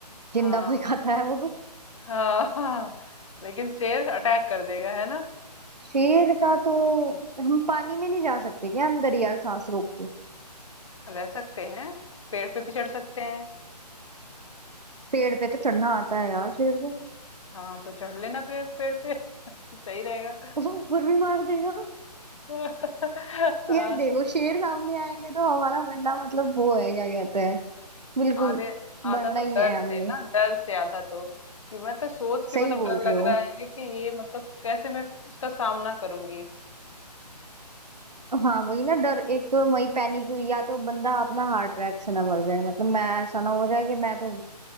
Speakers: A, on the right; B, on the left.
A: जिंदा
B: हाँ
A: कोई खाता है वो
B: हाँ हाँ लेकिन शेर अटैक कर देगा है ना
A: शेर का तो हम पानी में नहीं जा सकते क्या अंदर यार सांस रोक के
B: रह सकते हैं पेड़ पे भी चढ़ सकते हैं
A: पेड़ पे तो चढ़ना आता है यार शेर को
B: हाँ तो चढ़ लेना पेड़ पेड़ पे <laughs> सही रहेगा
A: वो ऊपर भी मार देगा
B: <laughs> हाँ,
A: यार देखो शेर सामने आएगा तो हमारा मरना मतलब वो है क्या कहते हैं बिल्कुल
B: आधे आधा
A: मरना
B: तो
A: ही
B: डर
A: है
B: से
A: हमने
B: ना डर से आधा तो कि मैं तो सोच के
A: सही
B: मतलब
A: बोल
B: डर
A: रहे
B: लग
A: हो
B: रहा है कि ये मतलब कैसे मैं उसका सामना करूंगी
A: हाँ वही ना डर एक तो वही पैनिक हुई या तो बंदा अपना हार्ट अटैक से ना मर जाए मतलब मैं ऐसा ना हो जाए कि मैं तो